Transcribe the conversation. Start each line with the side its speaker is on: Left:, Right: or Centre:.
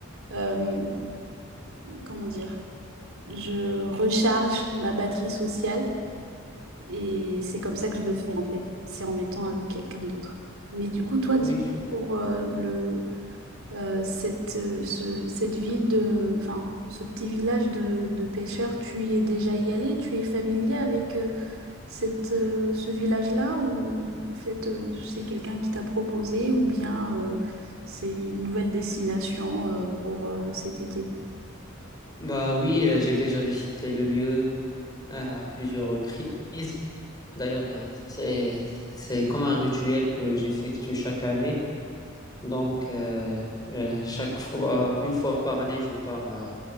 Right: euh, comment dire, je recharge ma batterie sociale et c'est comme ça que je le fais en fait. C'est en étant avec quelqu'un d'autre. Mais du coup, toi,
Left: oui,
Right: dis-moi
Left: je-
Right: pour euh, le, euh, cette, euh, ce- cette ville de, enfin, ce petit village de, de pêcheurs, tu y es déjà y allé? Tu es familier avec... euh, cette, euh, ce village-là ou en fait euh, c'est quelqu'un qui t'a proposé ou bien euh, c'est une nouvelle destination euh, pour euh, cet été?
Left: bah oui, euh, j'ai déjà visité le lieu euh, à plusieurs reprises. D'ailleurs, euh, c'est c'est comme un rituel que j'effectue chaque année. Donc euh, euh, chaque fois, une fois par année, je pars euh,